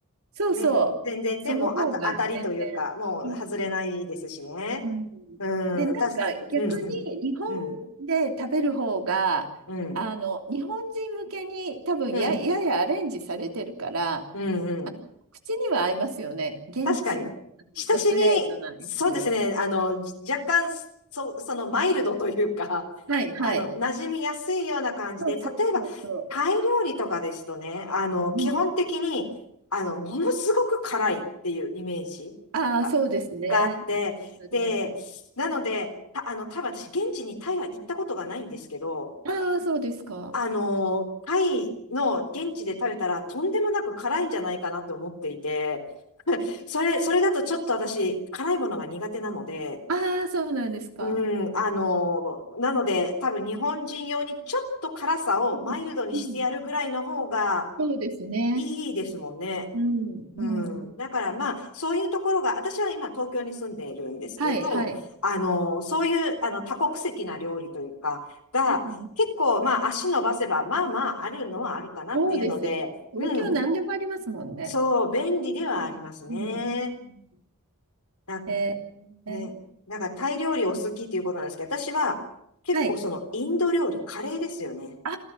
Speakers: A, on the right; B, on the left.
A: そうそう。
B: ね、全然でもあた、
A: その方が全然いいし。
B: 当たりというか、もう外れないですしね。
A: うん。
B: うん、
A: で、なんか逆に日本
B: たす、うん、うん、
A: で食べる方が、
B: うん、うん、
A: あの、日本人向けに多分や、
B: うん、
A: ややアレンジされてるから、
B: うん、うん。
A: 口には合いますよね。現地の、
B: 確かに。
A: あのドストレートなやつより。
B: 親しみ、そうですね。あの、若干、そ、そのマイルドというか、<laughs>
A: はい、はい。
B: あの、馴染みやすいような感じで、
A: そうそうそうそ
B: 例えば、タイ料理とかですとね、あの、
A: う。
B: 基本的に、
A: うん。
B: あの、ものすごく辛いっていうイメージが、
A: ああ、そうですね。
B: があって、
A: あります。
B: で、なので、た、あの、多分私、現地にタイは行ったことがないんですけど、
A: ああ、そうですか。
B: あの、タイの現地で食べたら、とんでもなく辛いんじゃないかなと思っていて、それ、それだとちょっと私、辛いものが苦手なので、
A: ああ、そうなんですか。
B: うん、あの、なので、多分日本人用にちょっと辛さをマイルドにしてやるぐらいの方が
A: うん、うん、そうですね。
B: いいですもんね。
A: うん、
B: うん。
A: うん。
B: だからまあ、そういうところが、私は今東京に住んでいるんですけど、
A: はい、はい。
B: あの、そういう、あの、多国籍な料理というか、が、
A: うん
B: 結構まあ、足伸ばせば、まあまあ、あるのはあるかなっていうので、
A: そうですよね。東京何でもありますもんね。
B: うん。そう、便利ではありますね。
A: うん、うん。うん
B: だ
A: えー、
B: ね、
A: えー
B: なんかタイ料理お好きっていうことなんですけど、私は結構そのインド料理、
A: はい、
B: カレーですよね。
A: あ